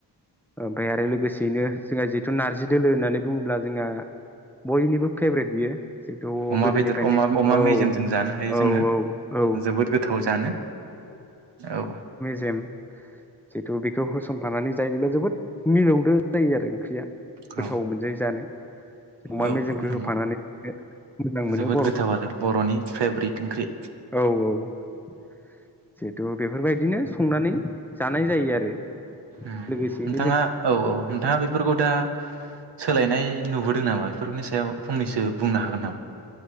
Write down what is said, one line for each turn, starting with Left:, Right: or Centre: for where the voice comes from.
Centre: ओमफ्राय आरो लोगोसेयैनो जोंहा जिेथु नारजि दोलो होननानै बुङोब्ला जोंहा बयनिबो फेभ्रेट बियो जिथु
Right: अमा
Centre: गोदोनिफ्रायनो
Right: बेदर अमा अमा
Centre: औ
Right: मेजेमजों जानो हायो
Centre: औ
Right: जोङो
Centre: औ
Right: जोबोद गोथाव जानो औ
Centre: जेम जिथु बेखौ होसनफानानै जायोब्ला जोबोद मिलौदो जायो आरो ओंख्रिया
Right: औ
Centre: गोथाव मोनजायो जानो अमा
Right: औ
Centre: मेजेमखौ
Right: औ नंगौ
Centre: होफानानै मोजां मोनो
Right: जोबोद
Centre: बर'
Right: गोथाव आरो बर'नि फेबरिट ओंख्रि।
Centre: औ जिहेथु बेफोरबायदिनो संनानै जानाय जायो आरो।
Right: उम
Centre: लोगोसेयैनो
Right: नोंथाङा
Centre: जों
Right: औ औ नोंथाङा बेफोरखौ दा सोलायनाय नुबोदों नामा बेफोरनि सायाव फंनैसो बुंनो हागोन नामा?